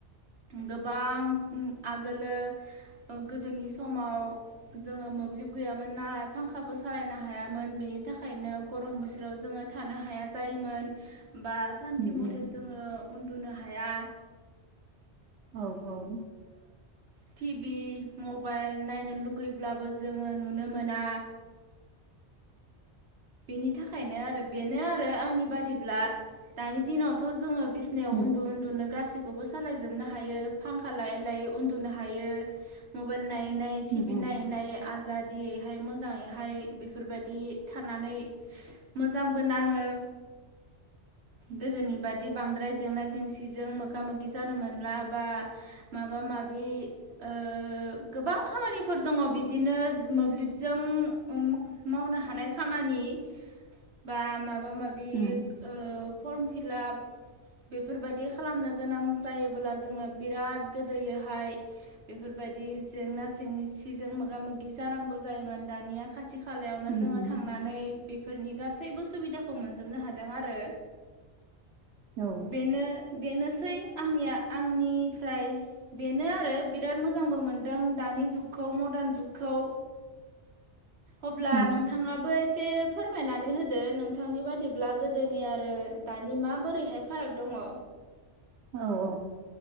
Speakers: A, on the right; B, on the right.
A: गोबां उम आगोलो ओ गोदोनि समाव जोङो मोब्लिब गैयामोन नालाय फांखाबो सालायनो हायामोन बेनि थाखायनो गरम बोथोराव जोङो थानो हाया जायोमोन। बा सान्थि
B: उम
A: मथे
B: उम
A: जोङो उन्दुनो हाया।
B: औ औ
A: टि भि मबाइल नायनो लुगैब्लाबो जोङो नुनो मोना। बेनि थाखायनो आरो बेनो आरो आंनि बादिब्ला दानि दिनावथ' जोङो बिसिनायाव
B: उम
A: उन्दु उन्दुनो गासि खौबो सालाय जोबनो हायो फांखा लायै लायै उन्दुनो हायो मबाइल नायैनायै टिभि
B: उम उम
A: नायनायो आजादियैहाय मोजाङैहाय बेफोरबादि थानानै मोजांबो नाङो गोदोनि बादि बांद्राय जेंना जेंसिजों मोगा मोगि जानो मोनला बा माबा माबि ओ गोबां खामानिफोर दङ बिदिनो मोब्लिबजों ओम मावनो हानाय खामानि बा मा माबा माबिग
B: उम
A: औ फर्म फिलाप बेफोरबायदि खालामनो गोनां जायोब्ला जोङो बिराद गोदोयोहाय बेफोरबायदि जेंना जेंसिजों मोगा मोगि जानांगौ जायोमोन दानिया खाथ खाथि खालायावनो
B: उम
A: जोङो
B: उम
A: थांनानै बेफोरनि गासै गासै उसुबिदाखौ मोनजोबनो हादों आरो
B: औ
A: बेनो बेनोसै आंनिया आंनिफ्राय बेनो आरो बिराद मोजांबो मोनदों दानि जुगखौ मदार्न जुगखौ अब्ला
B: उम
A: नोंथाङाबो एसे एसे फोरमायनानै होदो नोंथांनि बादिब्ला गोदोनि आरो दानि माबोरैहाय फाराग दङ?
B: औ औ